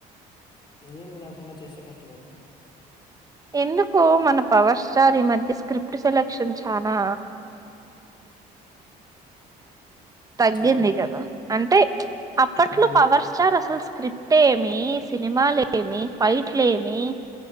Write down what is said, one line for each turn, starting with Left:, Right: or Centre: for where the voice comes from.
Left: ఏం లేకుండా చేసే కష్టం అతు
Right: ఎందుకో మన పవర్ స్టార్ ఈ మధ్య స్క్రిప్ట్ సెలెక్షన్ చానా తగ్గింది
Left: చానా
Right: కదా అంటే అప్పట్లో
Left: అవును
Right: పవర్ స్టార్ అసలు స్క్రిప్ట్ ఏమి సినిమాలేమీ ఏమి ఫైట్లేమీ